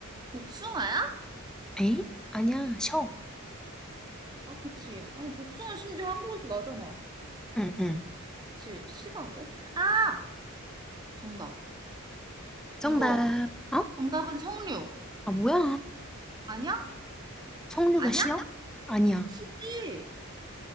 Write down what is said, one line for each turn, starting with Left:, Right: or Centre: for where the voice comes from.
Right: 복숭아야?
Centre: 에? 아니야. 셔.
Right: 아, 그치. 아니, 복숭아 심지어 한국에서 나잖아.
Centre: 응, 응.
Right: 그치? 시다고? 아, 정답.
Centre: 정답.
Right: 이거
Centre: 어?
Right: 정답은 석류.
Centre: 아, 뭐야.
Right: 아니야?
Centre: 석류가
Right: 아니야?
Centre: 쉬어? 아니야.
Right: 시지.